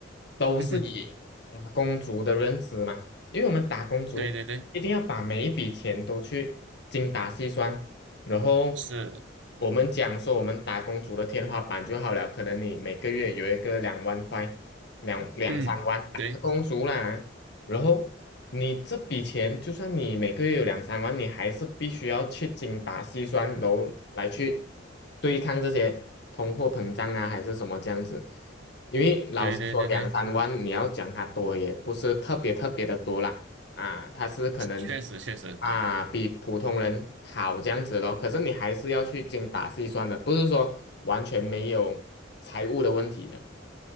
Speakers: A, on the left (about 60°); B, on the right (about 75°).
A: 都是以打工族的认知嘛，
B: 嗯哼，
A: 因为我们打工族一定要把每一笔钱都去精打细算，
B: 对对对，
A: 然后
B: 是，
A: 我们讲说我们打工族的天花板就好了，可能你每个月有一个两万块，两两三万，
B: 嗯，
A: 打工族啦。
B: 对
A: 然后你这笔钱，就算你每个月有两三万，你还是必须要去精打细算，然后来去对抗这些通货膨胀啊，还是什么这样子。因为老实说，
B: 对对对对，
A: 两三万你要讲它多，也不是特别特别的多啦，啊，它是可能
B: 确实确实，
A: 啊比普通人好这样子咯。可是你还是要去精打细算的，不是说完全没有财务的问题的。